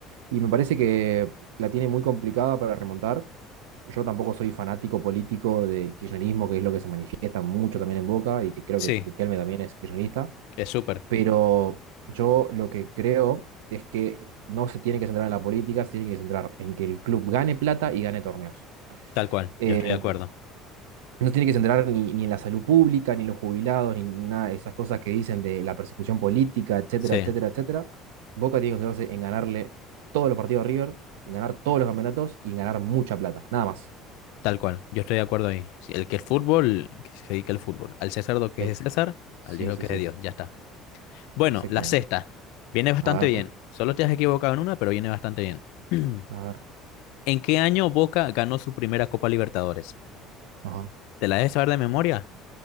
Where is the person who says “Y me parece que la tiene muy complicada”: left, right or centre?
Right